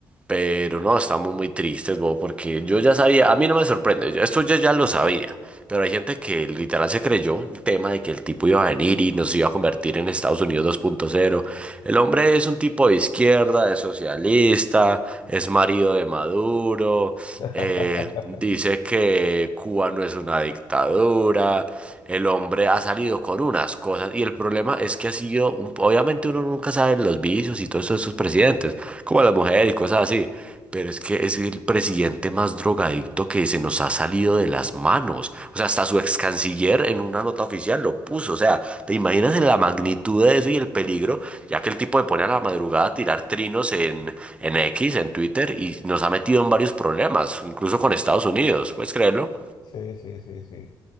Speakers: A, on the right; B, on the left.
A: Pero no, estamos muy tristes, bo, porque yo ya sabía, a mí no me sorprende, yo- esto yo ya lo sabía, pero hay gente que literal se creyó el tema de que el tipo iba a venir y nos iba a convertir en Estados Unidos dos punto cero El hombre es un tipo de izquierda, es socialista, es marido de Maduro,
B: <laughs>
A: eh, dice que Cuba no es una dictadura el hombre ha salido con unas cosas y el problema es que ha sido, un- obviamente uno nunca sabe los vicios y todo eso de sus presidentes, como las mujeres y cosas así, pero es que es el presidente más drogadicto que se nos ha salido de las manos. O sea, hasta su ex canciller en una nota oficial lo puso. O sea, ¿te imaginas la magnitud de eso y el peligro? Ya que el tipo le pone a la madrugada a tirar trinos en, en X, en Twitter, y nos ha metido en varios problemas, incluso con Estados Unidos. ¿Puedes creerlo?
B: Sí, sí, sí, sí.